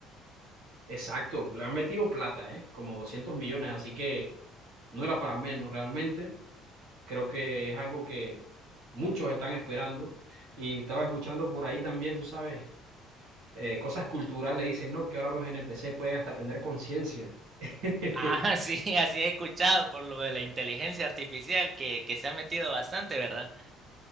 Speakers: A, on the right; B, on the right.
A: Exacto, le han metido plata, ¿eh? Como 200 millones, así que no era para menos realmente. Creo que es algo que muchos están esperando. Y estaba escuchando por ahí también, tú sabes, eh, cosas culturales. Dicen, no, que ahora los NPC pueden hasta tener conciencia. <laughs>
B: Ah, <laughs> sí, así he escuchado por lo de la inteligencia artificial que, que se ha metido bastante, ¿verdad?